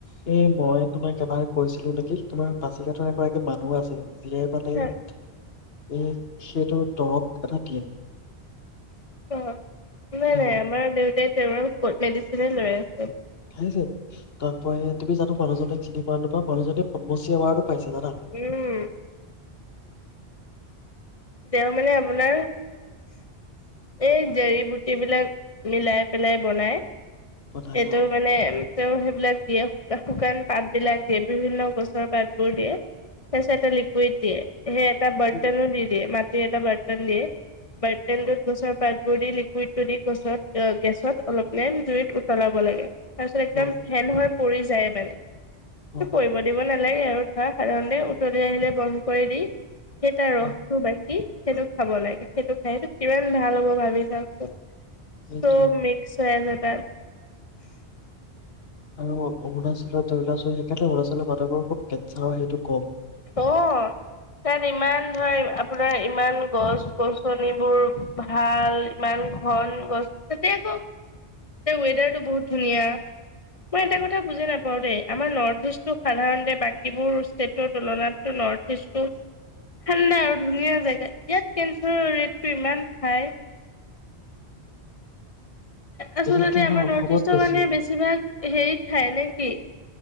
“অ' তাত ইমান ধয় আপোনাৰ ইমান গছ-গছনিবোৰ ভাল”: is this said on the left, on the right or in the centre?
Left